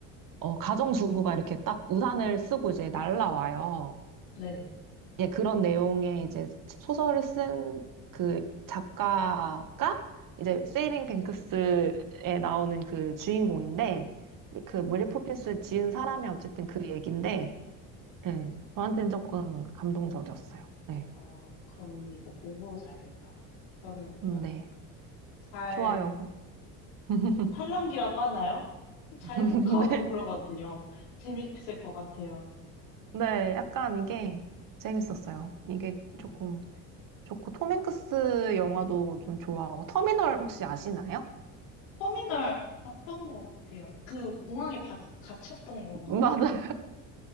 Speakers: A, on the right (about 55°); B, on the left (about 85°).
A: 어, 가정주부가 이렇게 딱 우산을 쓰고 이제 날라와요.
B: 네.
A: 예, 그런 내용의 이제 소설을 쓴 그 작가가 이제 세이빙 뱅크스에 나오는 그 주인공인데 그 메리 포핀스 지은 사람이 어쨌든 그 얘긴데 예, 저한테는 조금 감동적이었어요. 네.
B: 아, 그럼 오늘 이거 보고 자야겠다. 저는 약간
A: 음, 네.
B: 잘,
A: 좋아요. <laughs>
B: 이렇게 팔랑귀라고 하나요? 잘
A: 네.
B: 혹하고 그러거든요. 재밌을 것 같아요.
A: 네. 약간 이게 재밌었어요. 이게
B: 어,
A: 조금 좋고 톰 행크스 영화도 좀 좋아하고 터미널 혹시 아시나요?
B: 터미널 봤던 것 같아요. 그 공항에 바- 갇혔던 건가?
A: <laughs> 맞아요.